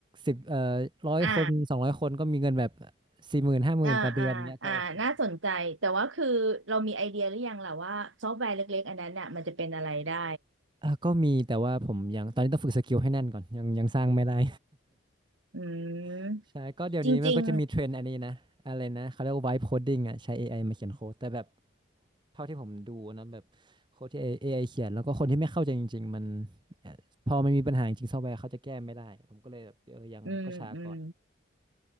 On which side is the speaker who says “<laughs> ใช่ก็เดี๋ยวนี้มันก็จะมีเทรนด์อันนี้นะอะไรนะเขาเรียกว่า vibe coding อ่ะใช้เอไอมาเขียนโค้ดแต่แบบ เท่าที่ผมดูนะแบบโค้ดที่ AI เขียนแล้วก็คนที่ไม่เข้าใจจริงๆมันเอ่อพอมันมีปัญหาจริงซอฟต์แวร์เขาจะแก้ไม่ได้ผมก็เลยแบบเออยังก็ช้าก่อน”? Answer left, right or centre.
Right